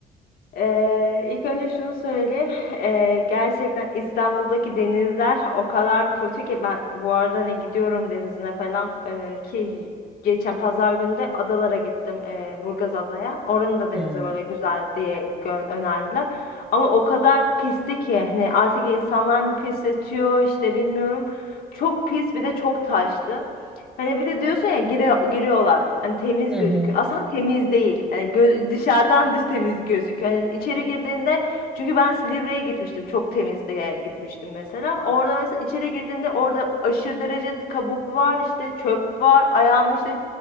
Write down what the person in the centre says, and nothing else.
Hmm.
Hı
hı.